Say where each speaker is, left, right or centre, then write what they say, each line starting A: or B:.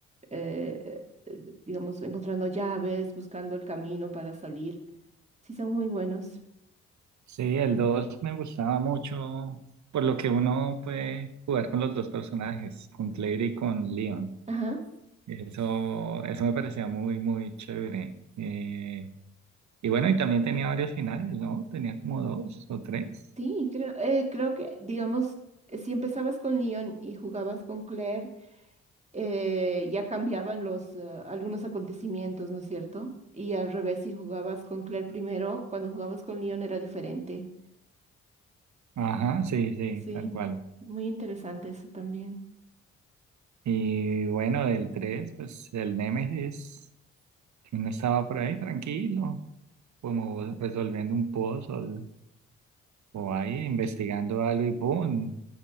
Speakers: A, on the right (about 20°); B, on the right (about 65°).
A: eh, eh, digamos, encontrando llaves, buscando el camino para salir. Sí, son muy buenos.
B: Sí, el 2 me gustaba mucho, por lo que uno puede jugar con los dos personajes, con Claire y con Leon.
A: Ajá.
B: Eso, eso me parecía muy, muy chévere. Eh, y bueno, y también tenía varios finales, ¿no? Tenía como dos o tres.
A: Sí, creo, eh, creo que, digamos, eh, si empezabas con Leon y jugabas con Claire, eh, ya cambiaban los, eh, algunos acontecimientos, ¿no es cierto? Y al revés, si jugabas con Claire primero, cuando jugabas con Leon era diferente.
B: Ajá, sí, sí,
A: Sí,
B: tal cual.
A: muy interesante eso también.
B: Y bueno, del 3, pues el Némesis, que uno estaba por ahí tranquilo, como resolviendo un puzzle o ahí investigando algo y ¡pum!